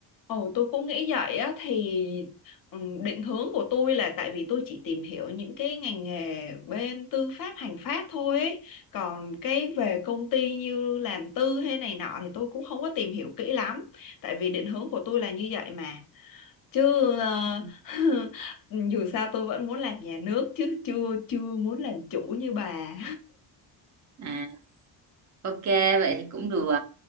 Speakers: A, on the left; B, on the right.
A: Ồ, tôi cũng nghĩ vậy á thì ừm, định hướng của tôi là tại vì tôi chỉ tìm hiểu những cái ngành nghề bên tư pháp hành pháp thôi ấy. Còn cái về công ty như làm tư hay này nọ thì tôi cũng không có tìm hiểu kỹ lắm tại vì định hướng của tôi là như vậy mà chứ ờ,
B: Ừ.
A: <laughs> dù sao tôi vẫn muốn làm nhà nước chứ chưa chưa muốn làm chủ như bà
B: À, ok, vậy thì cũng được.